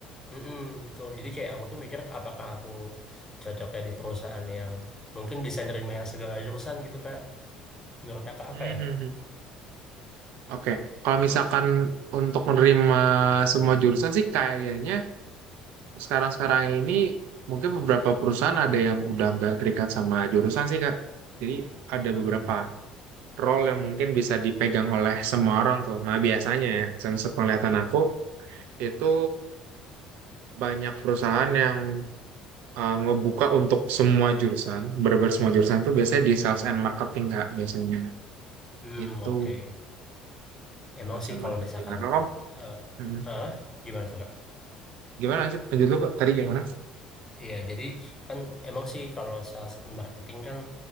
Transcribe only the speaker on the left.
Mm-mm, betul. Jadi kayak aku tuh mikir apakah aku cocoknya di perusahaan yang mungkin bisa nerima yang segala jurusan gitu Kak. Menurut Kakak
apa ya?
Hmm.
Hmm,
oke. Emang
sih
kalau
misalkan
eh
eh, gimana tuh Kak?
Iya, jadi kan emang sih kalau sales and marketing kan